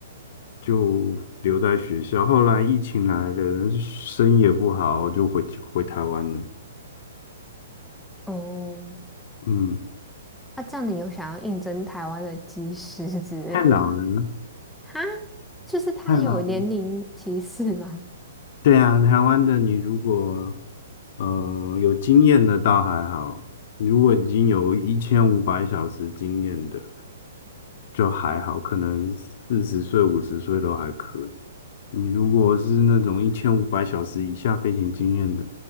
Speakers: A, on the left; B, in the centre.
A: 就留在学校。后来疫情来了，生意也不好，就回回台湾了。
B: 哦，
A: 嗯，
B: 那这样你有想要应征台湾的技师之类的吗？
A: 太老了，
B: 哈，就是他有年龄歧视吗？
A: 太老对啊，台湾的你如果呃有经验的倒还好，如果已经有一千五百小时经验的就还好，可能四十岁、五十岁都还可以。你如果是那种一千五百小时以下飞行经验的，